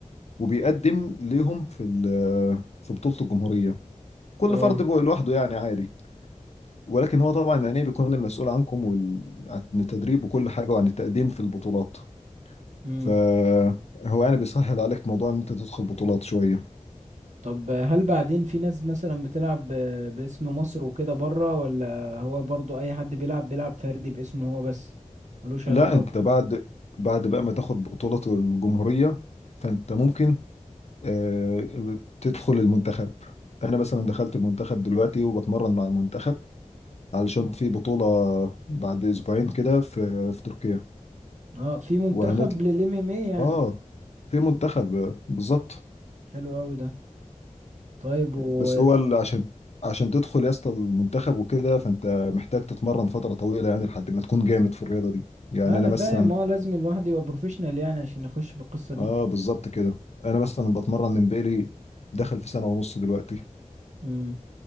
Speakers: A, on the left; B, on the right.
A: وبيقدم ليهم في ال- آه، في بطولة الجمهورية كل
B: اه
A: فرد بقى لوحده يعني عادي ولكن هو طبعا الأنيب بيكون المسؤول عنكم وال... عن التدريب وكل حاجة وعن التقديم في البطولات
B: امم
A: فهو يعني بيسهل عليك موضوع إن أنت تدخل بطولات شوية
B: طب هل بعدين في ناس مثلا بتلعب آه، باسم مصر وكده بره ولا هو برضو اي حد بيلعب بيلعب فردي باسمه هو بس ملوش
A: لا
B: علاقة
A: أنت
B: ب...
A: بعد بعد بقى ما تاخد بطولة الجمهورية فأنت ممكن آه، تدخل المنتخب أنا مثلا دخلت المنتخب دلوقتي وبتمرن مع المنتخب علشان في بطولة بعد أسبوعين كده في في تركيا
B: اه في منتخب
A: وهنطلع
B: للام ام اي يعني
A: آه في منتخب آه، بالظبط
B: حلو قوي ده طيب و
A: بس هو ال- عشان عشان تدخل يا اسطى المنتخب وكده فانت محتاج تتمرن فتره طويله يعني لحد ما تكون جامد في الرياضه دي يعني
B: انا
A: انا
B: فاهم
A: مثلا
B: اه لازم الواحد يبقى بروفيشنال يعني عشان يخش في القصة دي
A: اه بالظبط كده انا مثلا بتمرن من بقالي دخل في سنه ونص دلوقتي
B: امم